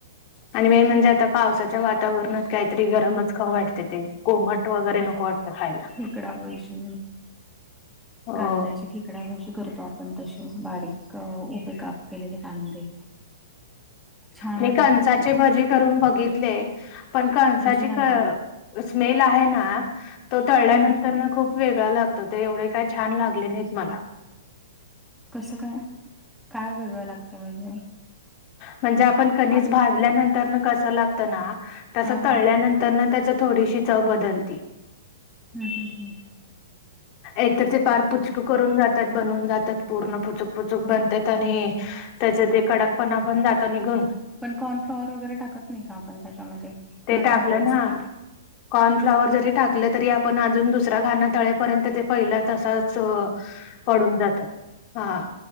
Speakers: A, on the left; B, in the centre.
A: आणि मेन म्हणजे आता पावसाच्या वातावरणात काहीतरी गरमच खाऊ वाटते तेथील कोमट वगैरे नको वाटतं खायला.
B: खेकडाभजी
A: हो
B: कांद्याची खेकडा भजी करतो आम्ही पण तसे बारीक उभे काप केलेले कांदे छान
A: मी
B: वाटत
A: कंसाचे
B: ते पण
A: भजी करून बघितले पण कंसाची
B: कशी लागले
A: क स्मेल आहे ना तो तळल्यानंतर
B: हम्म
A: ना खूप वेग ळा लागतो ते एवढे काय छान लागले नाहीत मला
B: कसं काय काय वेगळं लागतं म्हणजे
A: म्हणजे आपण कणीस
B: आता
A: भाजल्यानंतर कस लागत ना तस
B: ह ह
A: तळल्यानंतर त्याच थोडीशी चव बदलती.
B: हम्म!
A: एकतर ते पार पुचक करून जातात बनून जातात पूर्ण पुचूक पुचूक बनतात आणि त्याच्या ते कडकपणा पण जातो निघून
B: पण कॉर्नफ्लॉवर वगैरे टाकत नाही का आपण त्याच्यामध्ये
A: ते
B: किंवा
A: टाकलं
B: तांदळाचं
A: ना
B: पीठ.
A: कॉर्नफ्लाॉवर जरी टाकलं तरी आपण अजून दुसरा घाण पर्यंत ते पहिला तसाच पडून राहत हा.